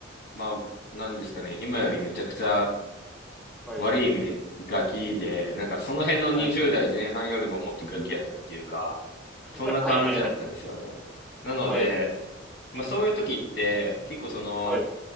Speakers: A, on the left; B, in the centre.
A: ーまあ、なんですかね、今よりめちゃくちゃ
B: はい。
A: 悪い意味でガキで、なんかその辺の20代前半よりももっとガキやったっていうか、
B: はい。<laughs>
A: そんな感じだったんですよね。
B: はい。
A: なので、
B: はい。
A: まあそういう時って、結構その、
B: はい。